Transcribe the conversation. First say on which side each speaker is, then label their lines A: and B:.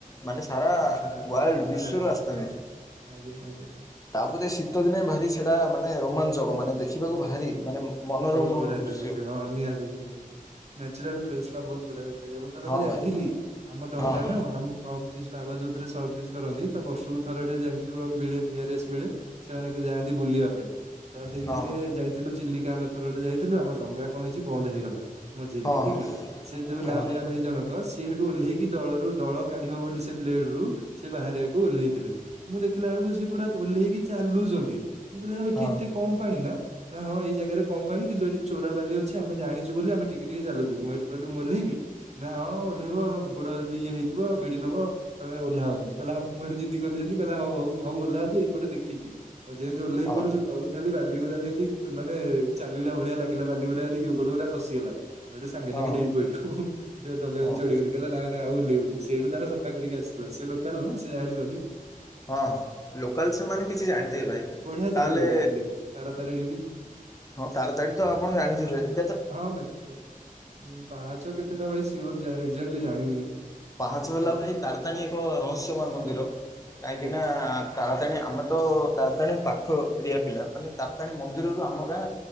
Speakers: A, on the left; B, on the right.
A: ମାନେ ସାରା
B: ବାହାରୁ
A: ୱର୍ଲ୍ଡ ବିଶ୍ୱ
B: ବାହାରୁ
A: ରୁ ଆସିଥାନ୍ତି।
B: ବି। ଆଜ୍ଞା। ଆଜ୍ଞା ଆଜ୍ଞା ଆଜ୍ଞା
A: ତାପରେ ଶୀତଦିନେ ଭାରି ସେଇଟା ମାନେ ରୋମାଞ୍ଚକ ମାନେ ଦେଖିବାକୁ ଭାରି ମାନେ ମନୋରମ
B: ବହୁତ ବଢିଆ
A: ଦୃଶ୍ୟ।
B: ଲାଗୁଥିବ ହଁ ନିହାତି ନିହାତି ନେଚୁରଲ ପ୍ଲେସ ନା ବହୁତ ବଢିଆ ଲାଗେ। ଯେ ମୁଁଥରଠେ
A: ହଁ
B: ଯାଇଥିଲି
A: ଭାଇ ହଁ
B: ଆମ ଡଙ୍ଗା
A: ହଁ
B: ନ ଆମ ଅଫିସ ବାବା ଯୋଉଥିରେ ସର୍ଭିସ କରନ୍ତି ତ ବର୍ଷକୁ ଥର ଟିକେ ଯେମିତି ମିଳେ ଭ ଆରଏସ୍ ମିଳେ। ସେମାନେ କେ ଯାଆନ୍ତି ବୁଲିବା ପାଇଁ। ତ ସେଇଥିରେ
A: ହଁ ହଁ
B: ଯାଇଥିଲୁ ଚିଲିକା ଆମେ ଥରଟେ ଯାଇଥିଲୁ ଆମ ଡଙ୍ଗା କଣ ହେଇଛି ବନ୍ଦ ହେଇଗଲା। ମଝିରେ
A: ହଁ
B: ଠିକ
A: ହଁ।
B: ନା ସେ ଯୋଉ
A: ହଁ
B: ନାଉରିଆ ଭାଇ ଜଣକ ସିଏ ସେଠୁ ଓହ୍ଲେଇକି ଦଳରୁ ଦଳ କାଢିବ ବୋଲି ସେ ବ୍ଲେଡ ରୁ ସେ ବାହାରିବାକୁ ଓହ୍ଲେଇଥିଲେ। ମୁଁ ଦେଖିଲା ବେଳକୁ ସେ ପୁରା ଓହ୍ଲେଇକି ଚାଲୁଛନ୍ତି। ମୁଁ କହିଲି ଆଉ ଏଠି
A: ହଁ
B: ଏତେ କମ ପାଣି ନା ନା ହଁ ଏଇ ଜାଗାରେ। କଣ ପାଣି କିନ୍ତୁ ଏଠି ଚୋରାବାଲି ଅଛି ଆମେ ଜାଣିୁଛୁ ବୋଲି ଆମେ ଟିକ ଟିକେ ଚାଲୁ ମୁଁଇଠୁ କହିଲ ମୁଁହ୍ଲେଇବି ନାାଇଁ ହଁ ଓହ୍ଲେଇବ ଗୋଡ ଯଦି ଇଏ ହେଇଯିବ ଭିଡି ନବ ତମେ ଓହ ହନି କହିଲ ମୁଁ ଏଠେିଦି କ କହିଲଉ ହଉ ହଉ ଓହ୍ଲାଉଛି ଏଇପଟ ଦେଖି ଆଉ ଯେମିତି ଓହ୍ଲେଇ
A: ହଁ
B: ପଡ଼ିଚ ତଳୁ ଖାଲି ବାଲିଗୁରଡ଼ା ଯେମତି ମାନେ ଚାଲିଲା ଭଳିଆ ଲାଗିଲା ବାଲିଗୁରା ଯେମତି ଗୋଟେ ଗଡା ପଶିଗଲା। ଏଇଠୁ ସାଙ୍ଗେ
A: ହଁ
B: ସାଙ୍ଗେ ଡେଇ ପହିଲୁ ଦେଢ ଡାକୁଢଡିିଲି
A: ହଁ
B: କିଲ ନା ନାଇଁ ଆଉ ଓହ୍ଲେଇ ବିନି। ସେଇଠୁ ତାର ସଫା କରିକି ଆସିଲଥିଲା ସେ ଲୋକାଲ ନା ସେ ଜାଣିଛନ୍ତି।
A: ହଁ ଲୋକାଲ ସେମାନେ କିଛି ଜାଣିଥିବେ ଭାଇ
B: ବଢିଆ
A: ତାହେଲେ
B: ଜାଗା କିନ୍ତୁ ଚିଲିକା ତାର ତାରିଣୀ ବି <inaudible>
A: ହଁ ତାର ତାରିଣୀ ତ ଆପଣ ଜାଣିଥିବଥିବେ।
B: ହଁ ଭାଇ ପାହାଚ କେତେଟା ଭାଇ ସିଓର ଯା ଏକ୍ଜାକ୍ଟଲି ଜାଣିନି।
A: ପାହାଚ ହେଲା
B: ତାର
A: ଏଇ ତାରତାଣୀ ଏକ ରହସ୍ୟମୟ ମନ୍ଦିର କାହିଁକି
B: ଆଜ୍ଞା
A: ନା ତାରତାଣୀ ଆମେ ତ ତାରତାଣୀ ପାଖ ଏରିଆ ପିଲା ମାନେ ତାରତାଣୀ ମନ୍ଦିରରୁ ଆମ ଗାଁ